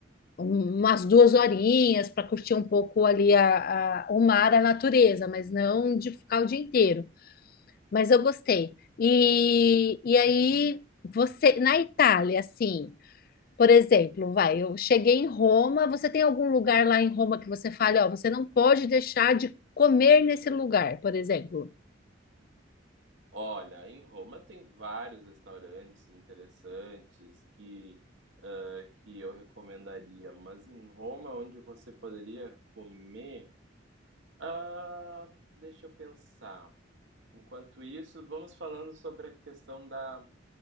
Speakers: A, on the left; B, on the right.
A: um- umas duas horinhas para curtir um pouco ali a, a- o mar, a natureza, mas não de ficar o dia inteiro. Mas eu gostei. E, e aí, você, na Itália, assim, por exemplo, vai, eu cheguei em Roma, você tem algum lugar lá em Roma que você fale, ó, você não pode deixar de comer nesse lugar, por exemplo?
B: Olha, em Roma tem vários restaurantes interessantes que, ah, que eu recomendaria, mas em Roma onde você poderia comer, ah, deixa eu pensar. Enquanto isso, vamos falando sobre a questão da,